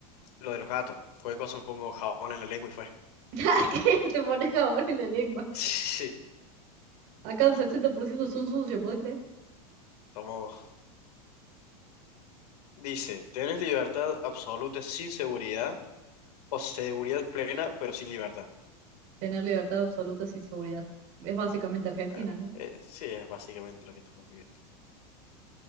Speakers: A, on the left; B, on the right.
A: lo de los gatos. Cualquier cosa me pongo jabón en la lengua y fue. <laughs>
B: <laughs> que te pones jabón en la lengua.
A: Sí, sí,
B: Acá un 60% son sucios, ¿podés creer?
A: tomo. Dice, ¿tenés libertad absoluta sin seguridad o seguridad plena pero sin libertad?
B: Tener libertad absoluta sin seguridad. Es básicamente Argentina,
A: Ah,
B: ¿no?
A: eh, sí, es básicamente lo que estamos viviendo.